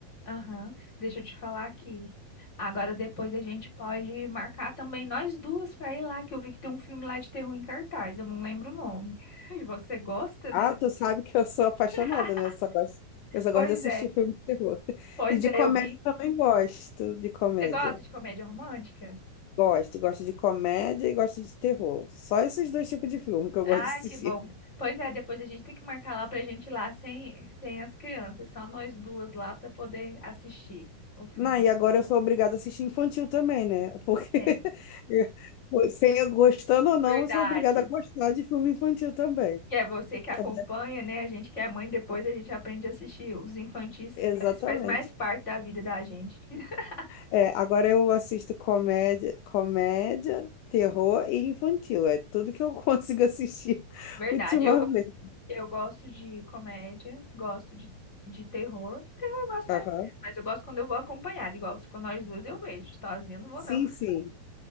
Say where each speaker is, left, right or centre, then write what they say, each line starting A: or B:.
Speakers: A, on the left; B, on the left.
A: Aham, Deixa eu te falar aqui. Agora depois a gente pode marcar também nós duas para ir lá, que eu vi que tem um filme lá de terror em cartaz, eu não lembro o nome. <laughs> E você gosta, né?
B: Ah, tu sabe que eu sou apaixonada,
A: <laughs>
B: né? Eu só gosto, eu só
A: Pois
B: gosto de assistir
A: é,
B: filme de terror. <laughs>
A: pois
B: E de
A: é,
B: comédia
A: eu vi.
B: também gosto de comédia.
A: Você gosta de comédia romântica?
B: Gosto, gosto de comédia e gosto de terror. Só esses dois tipos de filme que eu
A: Ai,
B: gosto de assistir.
A: que bom. Pois é, depois a gente tem que marcar lá pra gente ir lá sem, sem as crianças, só nós duas lá para poder assistir o filme.
B: Não, e agora eu sou obrigada a assistir infantil também, né? Porque <laughs>
A: É,
B: eu- sem eu gostando ou não,
A: verdade.
B: eu sou obrigada a gostar de filme infantil também.
A: que é você que acompanha,
B: Que é-
A: né? A gente que é mãe, depois a gente aprende a assistir os infantis,
B: Exatamente.
A: isso faz mais parte da vida da gente. <laughs>
B: É, agora eu assisto comédia, comédia, terror e infantil. É tudo que eu <laughs> consigo assistir
A: Verdade.
B: ultimamente.
A: Eu, go- eu gosto de comédia, gosto de, de terror. Terror eu gosto
B: Aham.
A: mais, mas eu gosto quando eu vou acompanhada, igual se for nós duas eu vejo, sozinha eu não vou
B: Sim,
A: não. <laughs>
B: sim.